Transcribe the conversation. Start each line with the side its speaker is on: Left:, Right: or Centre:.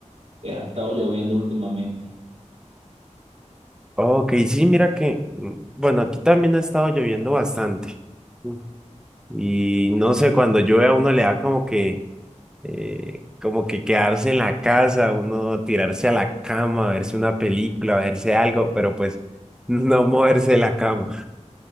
Right: eh, ha estado lloviendo últimamente.
Centre: Ok, sí, mira que, mm, bueno, aquí también ha estado lloviendo bastante. Mm, Y no sé, cuando llueve a uno le da como que, eh, como que quedarse en la casa, uno tirarse a la cama, verse una película, verse algo, pero pues <laughs> no moverse de la cama.